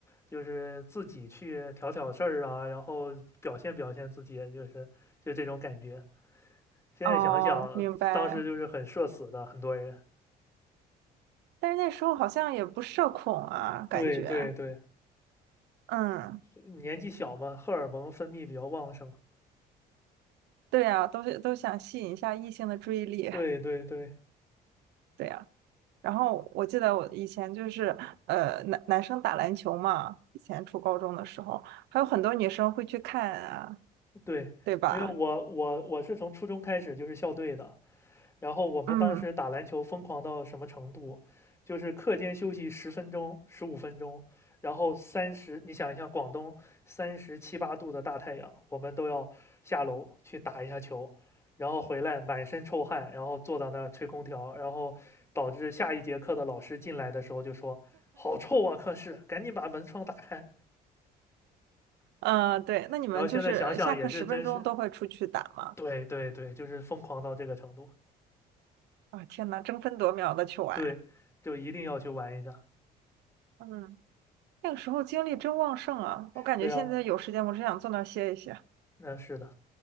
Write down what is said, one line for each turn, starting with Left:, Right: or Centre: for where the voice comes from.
Left: 就是自己去挑挑事儿啊，然后表现表现自己，就是就这种感觉。现在想想，
Right: 哦，明白。
Left: 当时就是很社死的，很多人。
Right: 但是那时候好像也不社恐啊，感觉
Left: 对对对，
Right: 嗯。
Left: 年纪小嘛，荷尔蒙分泌比较旺盛。
Right: 对呀，都是都想吸引一下异性的注意力，
Left: 对对对，
Right: 对呀。然后我记得我以前就是，呃，男男生打篮球嘛，以前初高中的时候，还有很多女生会去看啊，
Left: 对，
Right: 对吧？
Left: 因为我我我是从初中开始就是校队的，然后我们当时打篮球疯狂到什么程度，
Right: 嗯
Left: 就是课间休息十分钟、十五分钟，然后三十，你想一下，广东三十七八度的大太阳，我们都要下楼去打一下球，然后回来满身臭汗，然后坐到那儿吹空调，然后导致下一节课的老师进来的时候就说：“好臭啊，课室，赶紧把门窗打开。”
Right: 嗯，呃对。那你们就是下课十分钟都会出去打吗？
Left: 然后现在想想也是，真是对对对，就是疯狂到这个程度，
Right: 啊，天呐，争分夺秒的去玩，
Left: 对，就一定要去玩一下。
Right: 嗯，那个时候精力真旺盛啊！我感觉现在有时间，
Left: 对啊，
Right: 我只想坐那儿歇一歇。
Left: 那是的，